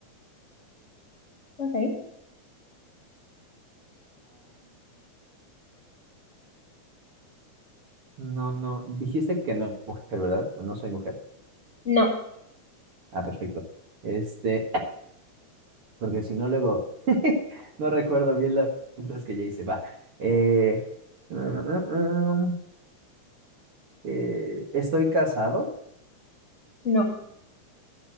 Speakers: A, on the left; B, on the right.
A: Ok,
B: No, no, dijiste que no mujer, ¿verdad? No soy mujer.
A: no,
B: Ah, perfecto. Este, porque si no, luego <laughs> no recuerdo bien las preguntas que ya hice. Va. Eh, mm, mm, mm, eh, ¿estoy casado?
A: no.